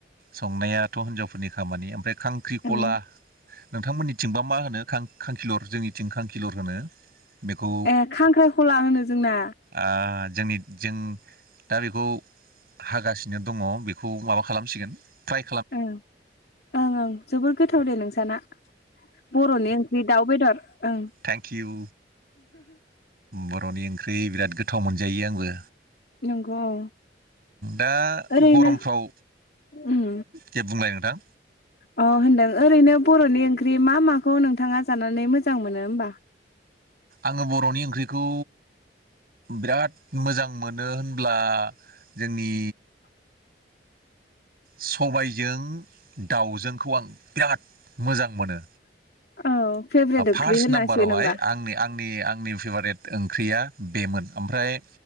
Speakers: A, on the right (about 55°); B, on the left (about 60°).
A: संनाया हिनजावफोरनि खामानि ओमफ्राय खांख्रिखला
B: ओं
A: नोंथांमोननिथिंबा मा होनो खांखिलर जोंनिथिं खांखिलर होनो। बेखौ
B: ए खांख्राइखला होनो जोंना
A: ओ जोंनि जों दा बेखौ। हागासिनो दङ बेखौ माबा खालामसिगोन ओमफाय
B: ओं ओं ओं जोबोर गोथाव दे नोंसाना। बर'नि ओंख्रि दाउ बेदर ओं
A: थेंकिउ बर'नि ओंख्रि बिराद गोथाव मोनजायो आंबो
B: नंगौ औ
A: दा
B: ओरैनो
A: गरमफ्राव
B: उम
A: जे बुंलाय नोंथां।
B: अ होनदों ओरैनो बर'नि ओं ओंख्रि मा माखौ नोंथाङा जानानै मोजां मोनो होमबा।
A: आङो बर'नि ओंख्रिखौ बिराद मोजां मोनो होनब्ला जोंनि सबायजों दाउजोंखौ आं बिराद मोजां मोनो।
B: औ फेभरेट ओंख्रि
A: फार्स्ट
B: होनांसिगोन
A: नाम्बारावहाय
B: होमबा
A: आंनि आंनि आंनि फेभारेट। ओंख्रिया बेमोन ओमफ्राय